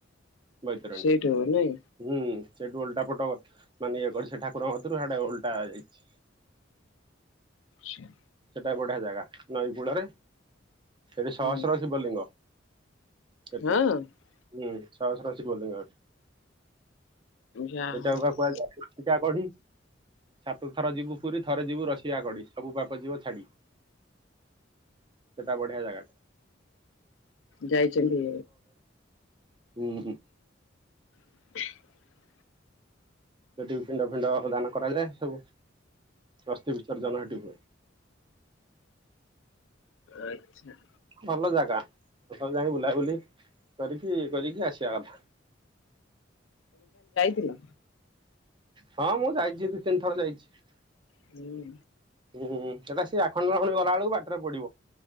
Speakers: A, on the right; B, on the left.
A: ବୈତରଣୀ
B: ସେଇଠୁ ନାଇଁ
A: ହୁଁ ସେଇଠୁ ଓଲଟା ପଟ ମାନେ ଇଏ କରି ସେ ଠାକୁରଙ୍କ କତିରୁ ସେଟା ଓଲଟା ଯାଇଛି।
B: ସେ
A: ସେଟା ବଢିଆ ଜାଗା ନଈ କୂଳରେ ସେଠି
B: ହୁଁ
A: ସହସ୍ର ଶିବଲିଙ୍ଗ। ସଠି
B: ହଁ
A: ହୁଁ। ସହସ୍ର ଶିବଲିଙ୍ଗ ସେଠି।
B: ଯା
A: ସେଟା
B: ହଉ
A: କୁ କୁହାଯାଏ ଚିକା କଢି। ସାତ ଥର ଯିବୁ ପୁରୀ ଥରେ ଯିବୁ ରଷିଆ କଡି ସବୁ ପାପ ଯିବ ଛାଡ଼ି। ସେଟା ବଢିଆ ଜାଗାଟା‌
B: ଯାଇଛନ୍ତି
A: ଉହୁଁ,
B: <inaudible>
A: ସେଠି ପିଣ୍ଡ ଫିଣ୍ଡ ଦାନ କରାଯାଏ ସବୁ ଅସ୍ତି ବିସର୍ଜନ ସେଠି ହୁଏ।
B: ଆଚ୍ଛା
A: ଭଲ ଜାଗା ସବୁ ଯାଇ ବୁଲାବୁଲି କରିକି କରିକି ଆସିବା କଥା।
B: ଥିଲ।
A: ହଁ ମୁଁ ଯାଇଛି ଦିଇ ତିନି ଥର ଯାଇଛି।
B: ହୁଁ
A: ହୁଁ ସେଟା ସେ ଆଖଣ୍ଡଳମଣୀ ଗଲା ବେଳକୁ ବାଟରେ ପଡିବ।